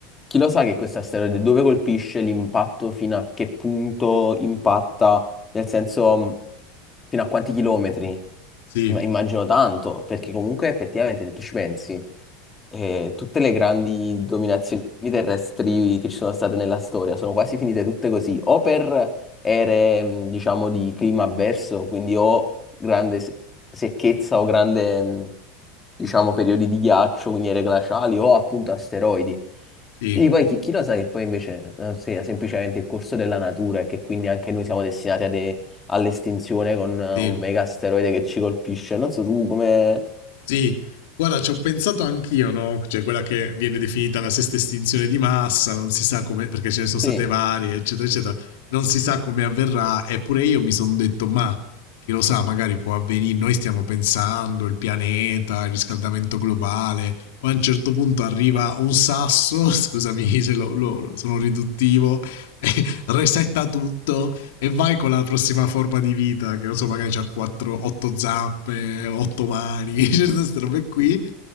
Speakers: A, on the left; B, on the left.
A: chi lo sa che questo asteroide dove colpisce l'impatto, fino a che punto impatta, nel senso mh, fino a quanti chilometri?
B: Sì,
A: Ma immagino tanto, perché comunque effettivamente se tu ci pensi, eh, tutte le grandi dominazioni terrestri che ci sono state nella storia sono quasi finite tutte così, o per ere, mh, diciamo, di clima avverso, quindi o grande se- secchezza o grande, mh, diciamo, periodi di ghiaccio, quindi ere glaciali, o appunto asteroidi.
B: sì,
A: Quindi poi chi, chi lo sa che poi invece eh, sia semplicemente il corso della natura e che quindi anche noi siamo destinati a de- all'estinzione con eh,
B: sì.
A: un mega asteroide che ci colpisce. Non so tu come...
B: Sì, guarda, ci ho pensato anch'io, no? Cioè, quella che viene definita la sesta estinzione di massa, non si sa come, perché ce ne sono
A: Sì,
B: state varie, eccetera, eccetera, non si sa come avverrà, eppure io mi sono detto, ma chi lo sa, magari può avvenire, noi stiamo pensando, il pianeta, il riscaldamento globale, poi a un certo punto arriva un sasso, <laughs> scusami se lo, lo- sono riduttivo, <laughs> resetta tutto e vai con la prossima forma di vita, che non so, magari c'ha 4, 8 zappe, 8 mani, <laughs> cioè queste robe qui.